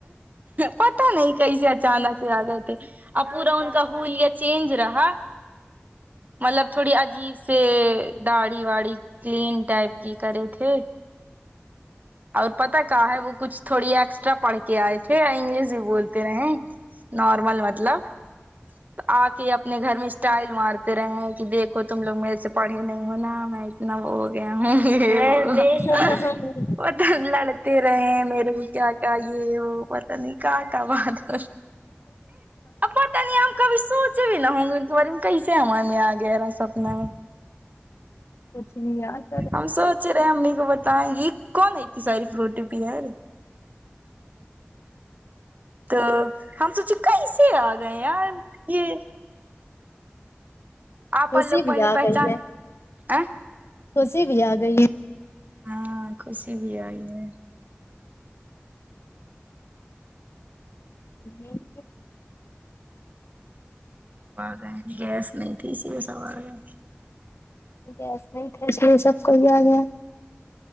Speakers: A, on the right; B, on the left.
A: پتا نہیں کیسے اچانک سے آ گئے تھے اب پورا ان کا ہولیا چینج رہا مطلب تھوڑی عجیب سے داڑھی واڑی کلین ٹائپ کی کرے تھے اور پتا کیا ہے وہ کچھ تھوڑی ایکسٹرا پڑھ کے آئے تھے انگلش بھی بولتے رہے نارمل مطلب تو آ کے اپنے گھر میں اسٹائل مارتے رہے ہیں کہ دیکھو تم لوگ میرے سے پڑھے نہیں ہونا میں اتنا وہ ہو گیا ہوں وہ
B: <unintelligible>
A: پتا لڑتے رہے ہیں میرے کو کیا کیا یہ وہ پتا نہیں کیا کا بات ہو پتہ نہیں ہم کبھی سو چے بھی نہ ہوں گے ان کے بارے میں کیسے ہے ہمارے میاں گہرا سپنا ہے
B: کچھ نہیں یاد
A: ہم سوچے رہے ہیں امی کو بتائیں گے کون ایتی ساری فروٹی ار تو ہم سوچے کیسے آ گئے یار یہ آپ
B: خوشی
A: لوگ پہلے
B: بھی آ
A: پہچان
B: گئی ہے
A: ا
B: خوشی بھی آ گئی ہے
A: ہاں خوشی بھی آئی ہے
B: ہ ج <unintelligible>
A: وہ بھین گیس نہیں تھی اسی لیے سب آگے ہیں
B: گیس نہیں تھی اس لیے سب لوگ یہاں آگیا